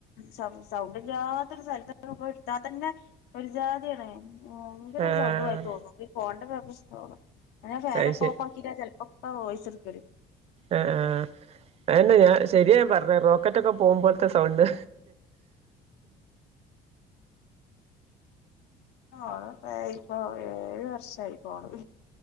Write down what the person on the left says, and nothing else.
സൗ സൗണ്ട് ഇല്ല്യാത്തൊരു സല <unintelligible> പോയി ഇട്ത്താ തന്നെ ഒര് ജാതിയാണ്. വയങ്കര
സൗണ്ടുമാരി തോന്നും ഈ ഫോൺ ൻ്റെ പ്രശ്നം അതാ ഞാൻ ഫാനൊക്കെ
ഓഫാക്കീട്ടാ ചെൽ ഒക്കെ വോയിസ്‌ ഇട്ക്കല്
ഓണ ഇപ്പോ ഏഴ് വർഷമായി പോണത്.